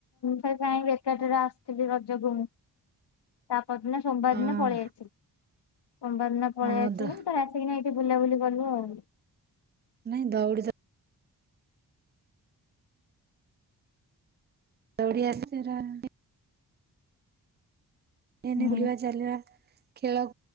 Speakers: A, on the left; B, on the right.
A: ସେ କାଇଁକି ବେକାର ଟାରେ ଆସୁଥିଲି ରଜକୁ ମୁଁ! ତାପର ଦିନ ସୋମବାର
B: ହଁ
A: ଦିନ ପଳେଇ ଆସିଲୁ। ସୋମବାର ଦିନ ପଳେଇ
B: ହଁ
A: ଆସିଲୁ,
B: ଦ
A: ତାରେ ଆସିକିନା-ଏଇଠି ବୁଲାବୁଲି କଲୁ ଆଉ।
B: ନାଇଁ ଦଉଡ଼ି ତ ଦଉଡି ଆସିନି ରା-ଆ-ଣୀ। ଏଇନେ
A: ହୁଁ
B: ବୁଲି ବା ଚାଲିବା ଖେଳ